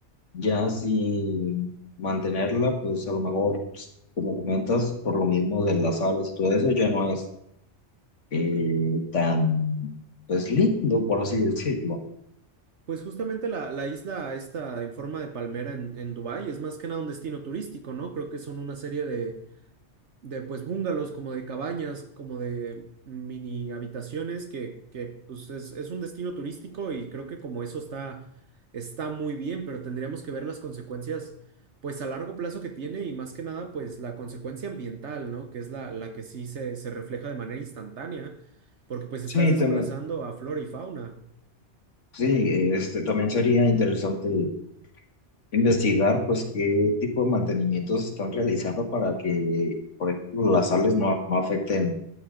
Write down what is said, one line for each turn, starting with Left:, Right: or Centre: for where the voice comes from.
Left: Ya sin mantenerla, pues a lo mejor, pues, como comentas, por lo mismo de las sales y todo eso, ya no es eh, tan, pues lindo, por así decirlo.
Right: Pues justamente la, la isla está en forma de palmera en, en Dubái es más que nada un destino turístico, ¿no? Creo que son una serie de, de pues bungalows, como de cabañas, como de mini habitaciones, que, que pues es, es un destino turístico y creo que como eso está, está muy bien, pero tendríamos que ver las consecuencias pues a largo plazo que tiene y más que nada pues la consecuencia ambiental, ¿no? Que es la, la que sí se, se refleja de manera instantánea, porque pues
Left: Sí,
Right: estás desplazando
Left: también,
Right: a flora y fauna.
Left: sí, este, también sería interesante investigar, pues, qué tipo de mantenimientos están realizando para que, por ejemplo, las sales no, no afecten